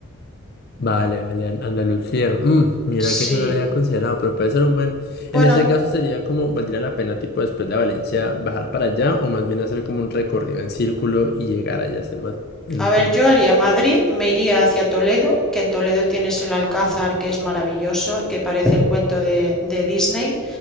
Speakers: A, on the left (about 45°); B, in the centre.
A: Vale, vale, An- Andalucía. Mm, mira
B: Sí.
A: que eso no lo había considerado, pero puede ser un buen.
B: Bueno,
A: En ese caso sería como valdría la pena, tipo después de Valencia, bajar para allá o más bien hacer como un recorrido en círculo y llegar allá hacer más en un
B: a
A: punto.
B: ver, yo haría Madrid, me iría hacia Toledo, que en Toledo tienes el Alcázar, que es maravilloso, que parece el cuento de, de Disney.